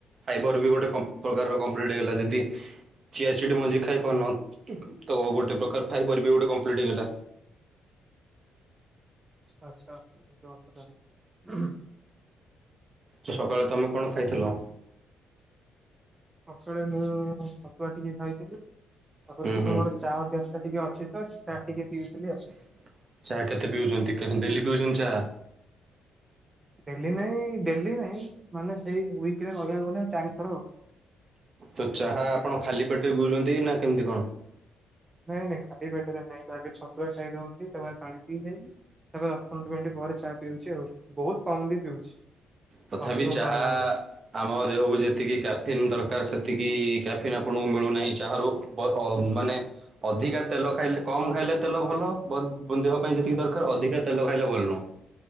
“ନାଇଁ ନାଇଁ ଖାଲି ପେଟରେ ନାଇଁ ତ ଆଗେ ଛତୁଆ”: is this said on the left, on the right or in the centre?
Right